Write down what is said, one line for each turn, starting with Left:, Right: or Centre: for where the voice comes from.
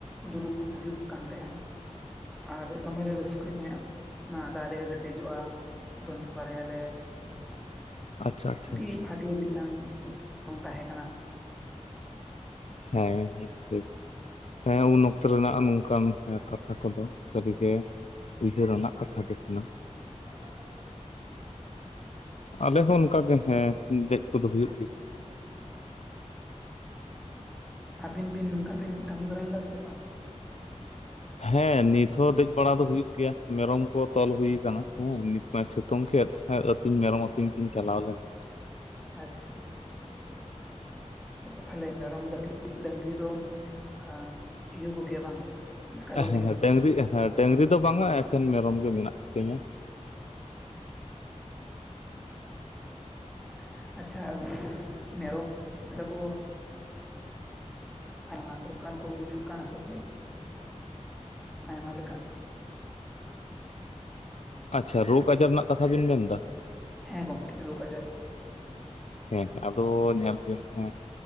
Centre: ᱫᱩᱲᱩᱵᱽ ᱦᱩᱭᱩᱜ ᱠᱟᱱ ᱛᱟᱦᱮᱸᱫ ᱾ ᱟᱨ ᱫᱚᱢᱮ ᱨᱟᱹᱥᱠᱟᱹᱭ ᱛᱟᱦᱮᱸᱫ, ᱚᱱᱟ ᱫᱟᱨᱮ ᱨᱮ ᱫᱮᱡᱚᱜᱼᱟ, ᱫᱚᱱ ᱵᱟᱨᱟᱭᱟᱞᱮ ᱾
Left: ᱟᱪᱪᱷᱟ ᱟᱪᱪᱷᱟ
Centre: ᱟᱹᱰᱤ
Left: ᱟᱪᱪᱷᱟ
Centre: ᱵᱷᱟᱜᱮ ᱢᱤᱫᱴᱟᱝ <inaudible> ᱡᱚᱱ ᱛᱟᱦᱮᱸ ᱠᱟᱱᱟ ᱾
Left: ᱦᱮᱸ ᱦᱮᱸ ᱴᱷᱤᱠ, ᱦᱮᱸ ᱩᱱ ᱚᱠᱛᱚ ᱨᱮᱱᱟᱜ ᱚᱱᱠᱟᱱ ᱠᱟᱛᱷᱟ ᱠᱚᱫᱚ ᱥᱟᱹᱨᱤᱜᱮ ᱩᱭᱦᱟᱹᱨᱟᱱᱟᱜ ᱠᱟᱛᱷᱟ ᱜᱮ ᱠᱟᱱᱟ ᱾
Centre: <inaudible>
Left: <inaudible> ᱟᱞᱮ ᱦᱚᱸ
Centre: ᱜᱚᱝᱠᱮ
Left: ᱚᱱᱠᱟ ᱜᱮ, ᱦᱮᱸ ᱫᱮᱡ ᱠᱚᱫᱚ ᱦᱩᱭᱩᱜ ᱜᱮᱭᱟ ᱾
Centre: <inaudible> ᱟᱹᱵᱤᱱ ᱵᱤᱱ ᱱᱚᱝᱠᱟ ᱵᱤᱱ ᱠᱟᱹᱢᱤ ᱵᱟᱲᱟ ᱞᱮᱫᱟ ᱥᱮ ᱵᱟᱝ?
Left: ᱦᱮᱸ ᱱᱤᱛ ᱦᱚᱸ ᱫᱮᱡ ᱵᱟᱲᱟ ᱫᱚ ᱦᱩᱭᱩᱜ ᱜᱮᱭᱟ ᱾ ᱢᱮᱨᱚᱢ ᱠᱚ ᱛᱚᱞ ᱦᱩᱭ ᱠᱟᱱᱟ ᱾ ᱦᱮᱸ ᱱᱤᱛ ᱥᱤᱛᱩᱝ ᱠᱮᱫ ᱦᱮᱸ ᱟᱹᱛᱤᱧ ᱢᱮᱨᱚᱢ ᱟᱹᱛᱤᱧ ᱠᱤᱱ ᱪᱟᱞᱟᱣ ᱞᱮᱱᱟ᱾
Centre: ᱟᱪᱪᱷᱟ᱾ <inaudible> ᱚ ᱛᱟᱦᱞᱮ ᱢᱮᱨᱚᱢ ᱰᱟᱝᱨᱤ ᱫᱚᱢ ᱮᱸᱻ ᱤᱭᱟᱹ ᱠᱚᱜᱮᱭᱟ ᱵᱟᱝ? ᱞᱟᱠᱟ ᱠᱚᱜᱮᱭᱟ
Left: ᱦᱮᱸ ᱰᱟᱹᱝᱨᱤ ᱦᱮᱸ ᱰᱟᱹᱝᱨᱤ ᱫᱚ ᱵᱟᱝᱟ ᱮᱠᱷᱮᱱ ᱢᱮᱨᱚᱢ ᱜᱮ ᱢᱮᱱᱟᱜ ᱠᱚᱛᱤᱧᱟ ᱾ <inaudible>
Centre: <inaudible> ᱟᱪᱪᱷᱟ ᱟᱹᱵᱤᱱ <inaudible> ᱢᱮᱨᱚᱢ ᱞᱮᱠᱟ ᱠᱚ ᱟᱭᱢᱟ ᱫᱚᱠᱟᱱ ᱠᱚ ᱜᱩᱡᱩᱜ ᱠᱟᱱᱟ ᱥᱮ ᱪᱮᱫ ᱟᱭᱢᱟ ᱞᱮᱠᱟᱱ,
Left: ᱟᱪᱪᱷᱟ ᱨᱳᱜᱽ ᱟᱡᱟᱨ ᱨᱮᱱᱟᱜ ᱠᱟᱛᱷᱟ ᱵᱤᱱ ᱢᱮᱱ ᱮᱫᱟ?
Centre: ᱦᱮᱸ ᱜᱚᱢᱠᱮ ᱨᱳᱜᱽ ᱟᱡᱟᱨ ᱾
Left: ᱦᱮᱸ ᱟᱫᱚ ᱧᱮᱞ ᱵᱤᱱ ᱦᱮᱸ,